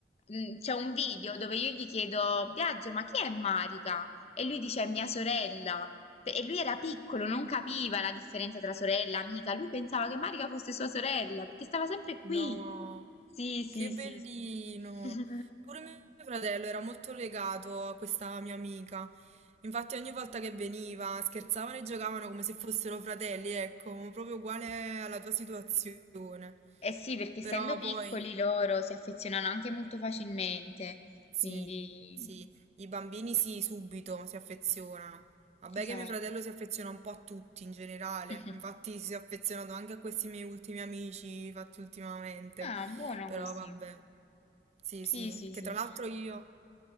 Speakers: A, on the left (about 35°); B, on the right (about 40°).
A: mh, c'è un video dove io gli chiedo, Biagio, ma chi è Marica? E lui dice, è mia sorella. Pe- E lui era piccolo, non capiva la differenza tra sorella e amica. Lui pensava che Marica fosse sua sorella, perché stava sempre qui.
B: No,
A: Sì, sì,
B: che
A: sì,
B: bellino.
A: sì. <laughs>
B: Pure mio fratello era molto legato a questa mia amica. Infatti ogni volta che veniva scherzavano e giocavano come se fossero fratelli, ecco, proprio uguale alla tua situazione.
A: Eh sì, perché essendo
B: Però
A: piccoli
B: poi...
A: loro si affezionano anche molto facilmente.
B: Sì,
A: Quindi,
B: sì, i bambini sì, subito si affezionano. Vabbè
A: esatto.
B: che mio fratello si affeziona un po' a tutti in generale,
A: <laughs>
B: infatti si è affezionato anche a questi miei ultimi amici fatti ultimamente,
A: Ah, buono
B: però
A: così.
B: vabbè. Sì,
A: Sì,
B: sì,
A: sì,
B: che
A: sì.
B: tra l'altro io,